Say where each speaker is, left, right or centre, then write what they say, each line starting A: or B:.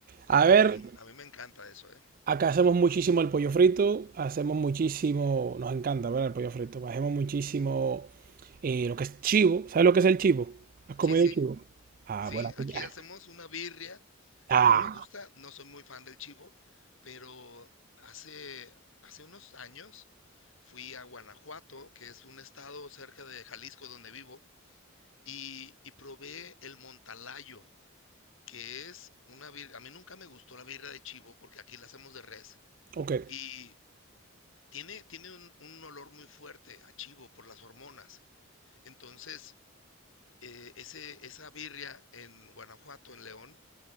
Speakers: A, on the left; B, on the right.
A: Oh,
B: A
A: a
B: ver,
A: mí me, a mí me encanta eso, ¿eh?
B: Acá hacemos muchísimo el pollo frito, hacemos muchísimo, nos encanta, ¿verdad? El pollo frito, hacemos muchísimo eh, lo que es chivo, ¿sabes lo que es el chivo? ¿Has comido
A: Sí, sí,
B: el chivo? Ah,
A: sí,
B: bueno,
A: aquí
B: sí, ah,
A: hacemos una birria.
B: ah,
A: A mí no me gusta, no soy muy fan del chivo, pero hace, hace unos años fui a Guanajuato, que es un estado cerca de Jalisco donde vivo, y, y probé el montalayo, que es una birria. A mí nunca me gustó la birria de chivo porque aquí la hacemos de res
B: ok,
A: y tiene, tiene un, un olor muy fuerte a chivo por las hormonas. Entonces, eh, ese, esa birria en Guanajuato, en León,